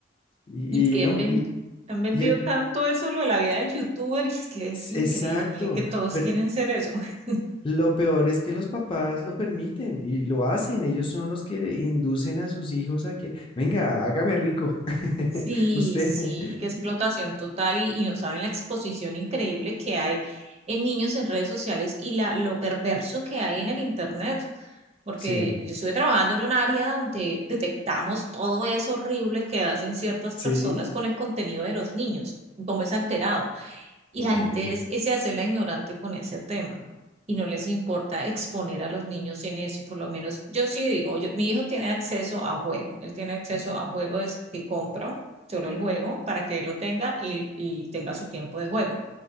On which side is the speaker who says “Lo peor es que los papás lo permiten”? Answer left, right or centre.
Left